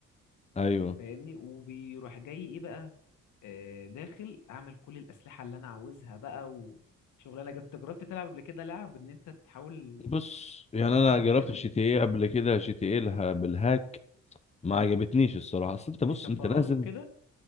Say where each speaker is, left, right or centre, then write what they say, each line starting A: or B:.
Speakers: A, on the left; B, on the left.
A: ايوه
B: فاهمني وبيروح جاي ايه بقى آه، داخل اعمل كل الاسلحه اللي انا عاوزها بقى وشغلانه جبت جربت تلعب قبل كده لعب ان انت تحاول
A: بص يعني
B: تهكرها
A: انا جربت
B: وكده
A: الجي تي ايه قبل كده جي تي ايه لها بالهاك ما عجبتنيش الصراحه اصل انت
B: بالشفرات
A: بص انت نازل
B: وكده